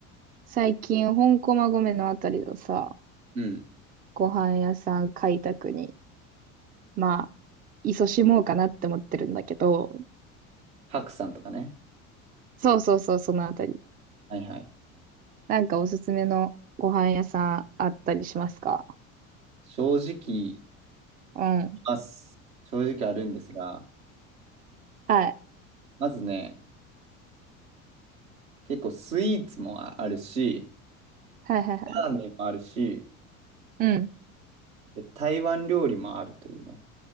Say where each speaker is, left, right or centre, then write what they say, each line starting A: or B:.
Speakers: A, on the right; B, on the right.
A: 最近、本駒込のあたりのさ、
B: うん。
A: ご飯屋さん開拓にまあ、勤しもうかなって思ってるんだけど、
B: 白さんとかね。
A: そうそうそう、そのあたり。
B: はいはい。
A: なんかおすすめのご飯屋さんあったりしますか
B: 正直、
A: うん。
B: ます。正直あるんですが、
A: はい。
B: まずね、結構スイーツもああるし、
A: はいはいはい。
B: ラーメンもあるし、
A: うん。
B: で台湾料理もあるというね。